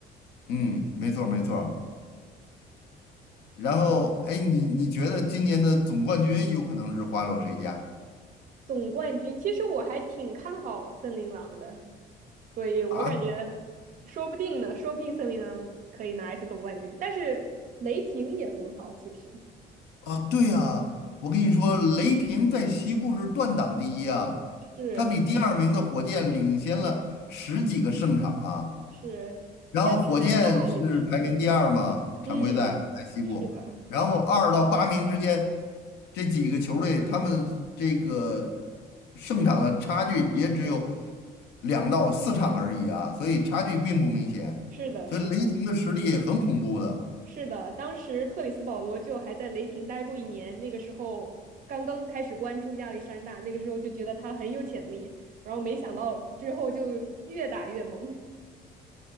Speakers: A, on the left (about 80°); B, on the right (about 50°).
A: 嗯，没错儿没错儿然后，哎，你你觉得今年的总冠军有可能是花落谁家
B: 总冠军，其实我还挺看好森林狼的，所以我感觉说不定呢，
A: 啊？
B: 说不定森林狼可以拿一次总冠军。但是雷霆也很好，其实
A: 啊，对呀，我跟你说，雷霆在西部是断档第一啊，
B: 是是
A: 他比第二名的火箭领先了十几个胜场啊。
B: 是，
A: 然后火箭是排名第二嘛，
B: 亚历山大也是，
A: 常规赛在西部，
B: 嗯，是的，
A: 然后二到八名之间这几个球队，他们这个胜场的差距也只有两到四场而已啊，所以差距并不明显，
B: 是的，
A: 所以雷霆的实力很恐怖的。
B: 是的。是的，当时克里斯保罗就还在雷霆待过一年，那个时候刚刚开始关注亚历山大，那个时候就觉得他很有潜力，然后没想到之后就越打越猛。